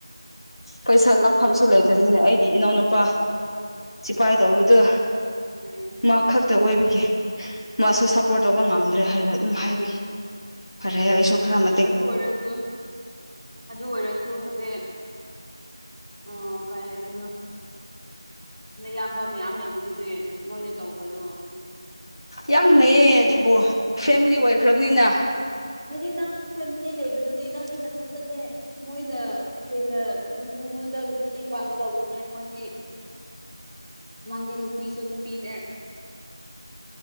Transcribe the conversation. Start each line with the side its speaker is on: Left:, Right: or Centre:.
Left: ꯄꯩꯁꯥ ꯂꯥꯛꯐꯝꯁꯨ ꯂꯩꯇꯕꯅꯤꯅ ꯑꯩꯒꯤ ꯏꯅꯥꯎꯅꯨꯄꯥ ꯁꯤꯖꯤꯄꯥꯏꯇ ꯍꯧꯗ
Centre: ꯎꯝ
Left: ꯃꯥ ꯈꯛꯇ ꯑꯣꯏꯕꯒꯤ ꯃꯥꯁꯨ ꯁꯄꯣꯔꯠ ꯇꯧꯕ ꯉꯝꯗ꯭ꯔꯦ ꯍꯥꯏꯔ ꯑꯗꯨꯝ ꯍꯥꯏꯕꯒꯤ ꯐꯔꯦ ꯑꯩꯁꯨ ꯈꯔꯝ
Centre: ꯑꯗꯨ ꯑꯣꯏꯔꯁꯨ ꯑꯗꯨ ꯑꯣꯏꯔꯁꯨ ꯍꯧꯖꯤꯛ ꯑꯣ ꯀꯔꯤ ꯍꯥꯏꯗꯣꯏꯅꯣ ꯩꯅꯌꯥꯝꯕ ꯃꯌꯥꯝ ꯂꯩꯕꯗꯨꯗꯤ ꯃꯣꯏꯅ ꯇꯧꯍꯜꯂꯣ
Left: ꯌꯥꯝ ꯂꯩꯌꯦ ꯑꯗꯨꯕꯨ ꯐꯦꯃꯤꯂꯤ ꯑꯣꯏꯈ꯭ꯔꯕꯅꯤꯅ
Centre: ꯍꯥꯏꯗꯤ ꯅꯪꯁꯨ ꯐꯦꯃꯤꯂꯤ ꯂꯩꯕꯗꯨꯗꯤ ꯅꯪꯒꯤ ꯅꯊꯟꯇꯅꯦ ꯃꯣꯏꯅ ꯍꯦꯟꯅ ꯅꯉꯣꯟꯗ ꯃꯇꯦꯡ ꯄꯥꯡꯒꯗꯧꯕꯅꯦ ꯃꯣꯏꯗꯤ ꯅꯪꯗꯤ ꯅꯨꯄꯤꯁꯨ ꯅꯨꯄꯤꯅꯦ